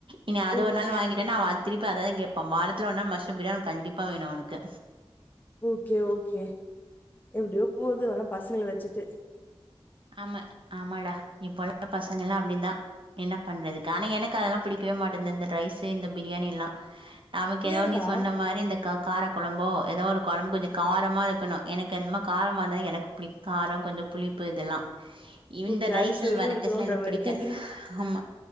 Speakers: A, on the right; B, on the left.
A: இனி அது
B: ஓகே,
A: ஒரு நாள் வாங்கிட்டேன அவ அத திருப்பி இப்ப அதா கேப்பா வாரத்துல ஒருநாள் மஷ்ரூம் பிரியாணி கண்டிப்பா வேணு அவனுக்கு
B: ஓகே ஓகே எப்டியோ போது ஆனா பசங்கள வச்சுட்டு
A: ஆமா ஆமாடா இப்போல்லா பசங்கலா அப்டிதா என்ன பண்றதுக் ஆனா எனக் அதெல்லா புடிக் வே மாட்டேந்து இந்த ரைஸ் இந்த பிரியாணி எல்லா நமக்கு ஏததோ
B: ஏன்க்கா?
A: நீ சொன்ன மாறி இந்த காக் கார கொழம்போ ஏதோ ஒரு கொழம்பு கொஞ்ச காரமா இருக்கணு எனக்கு என்னமோ காரமா இருந்தா எனக்கு புளி காரம் கொஞ்ச புளி பப்பு இதெல்லா இந்த
B: ஓகே.
A: ரைசல்
B: அறுசுவையும்
A: வரட்டிஸ்லா
B: இருக்கணுன்ற
A: எனக்கு
B: மாரி
A: பிடிக்க
B: கேட்கிறீங்க.
A: ஆமா